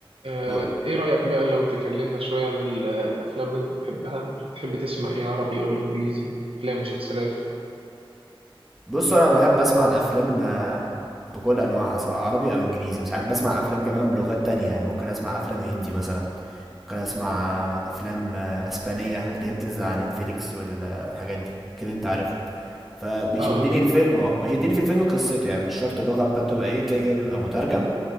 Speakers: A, on the right; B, in the centre.
A: آه،
B: و-
A: ايه رأيك بقى لو تكلمنا شوية عن ال- الافلام اللي انت بتحبها تحب تسمع ايه عربي ولا انجليزي افلام مسلسلات
B: بصوا انا بحب اسمع الافلام آه، بكل انواعها سواء عربي او انجليزي وساعات بسمع افلام كمان بلغات تانية يعني ممكن اسمع افلام هندي مثلا ممكن اسمع آه، افلام آه، اسبانية اللي هي بتنزل على نتفليكس وال- آه، والحاجات دي اكيد انت عارفهم فبيشدني
A: اه آه، جميل
B: الفيلم اه بيشدني في الفيلم قصته يعني مش شرط اللغة بتاعته تبقى ايه كده كده بيبقى مترجم